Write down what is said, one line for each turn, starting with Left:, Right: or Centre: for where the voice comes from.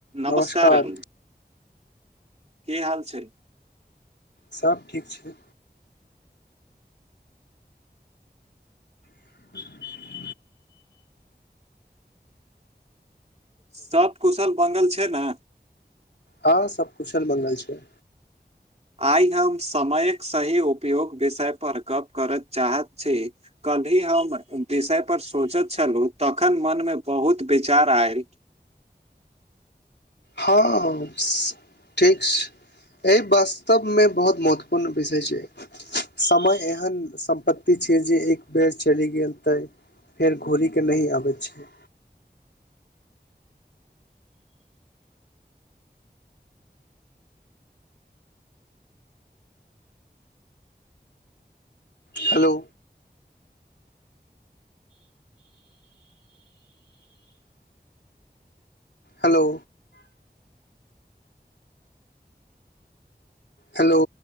Right: नमस्कारन।
Left: नमस्कार
Right: की हाल छै।
Left: सब ठीक छै। <inaudible>
Right: सब कुशल मंगल छै ने।
Left: हां सब कुशल मंगल छै।
Right: आइ हम समयक सही उपयोग विषय पर गप करय चाहैत छी कल्हि हम विषय पर सोचैत छलहुं तखन मनमे बहुत विचार आयल
Left: हां, ठीक छै। एहि वास्तवमे बहुत महत्वपूर्ण विषय छै। समय एहन सम्पत्ति छै जे एक बेर चलि गेल त फेर घुरि के नहि आबैत छै। हेलो। हेलो। हेलो।